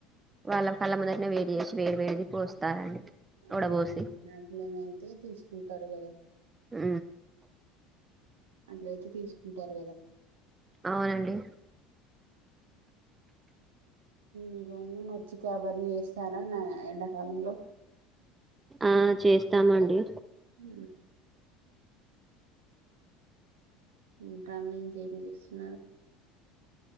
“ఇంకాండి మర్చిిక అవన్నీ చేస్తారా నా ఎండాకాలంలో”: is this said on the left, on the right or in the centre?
Right